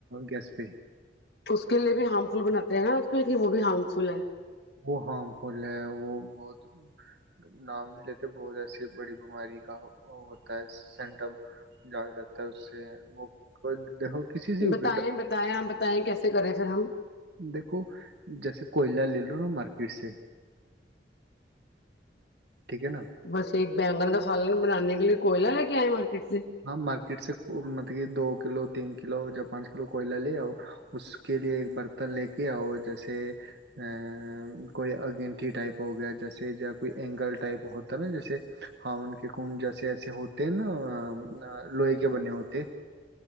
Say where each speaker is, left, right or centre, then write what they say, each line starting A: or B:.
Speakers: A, on the right; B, on the left.
A: گیس پ <unintelligible>
B: اس کے لیے بھی ہارم فل بناتے ہیں نا آج کل کی وہ بھی ہارم فل ہے
A: وہ ہارم فل ہے وہ بہت نام نہیں لیتے بہت ایسی بڑی بیماری کا ہوتا ہے سمٹم جگ جاتا ہے اس سے وہ دیکھو کسی سے
B: بتائیں
A: بھی
B: بتائیں آپ بتائیں کیسے کریں ار ہم
A: دیکھو جیسے کوئلہ لے لو نا مارکیٹ سے ٹھیک ہے نا
B: بس ایک بینگن کا فھال بھی بنانانی اگ کوئلا ل کیا ہے مارکیٹ سے
A: ہاں مارکیٹ سے مطلب کہ دو کلو تین کلو یا پانچ کلو کوئلہ لے آؤ اس کے لیے ایک برتن لے کے آؤ جیسے ا کوئی اگینٹیھی ٹائپ ہو گیا جیسے یا کوئی اینگل ٹائپ ہوتا ہے نا جیسے ہاون کے کنڈ جیسے ایسے ہوتے ہیں نا لوہے کے بنے ہوتے